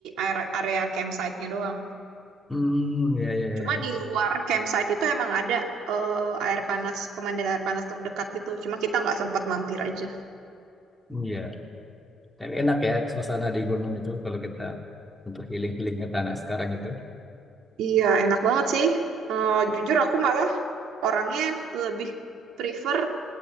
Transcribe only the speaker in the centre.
hmm ya ya
ya
Iya, tapi enak ya suasana di gunung itu kalau kita untuk healing-healing ke anak sekarang itu.